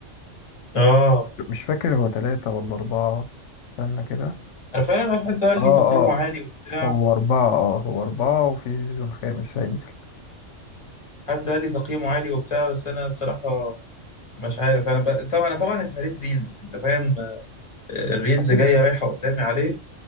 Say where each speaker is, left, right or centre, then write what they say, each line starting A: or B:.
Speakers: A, on the left; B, on the left.
A: اه
B: مش فاكر هو تلاتة ولا أربعة استنى كده
A: انا فعلا حد قال
B: اه اه
A: لي تقييمه عالي وبتاع
B: هو أربعة اه هو أربعة وفي سيزون خامس هينزل
A: حد قال لي تقييمه عالي وبتاع بس انا بصراحة مش عارف انا ب... طبعا انا طبعا اتهريت ريلز انت فاهم آه، الريلز
B: أكيد
A: جاية رايحة قدامي عليه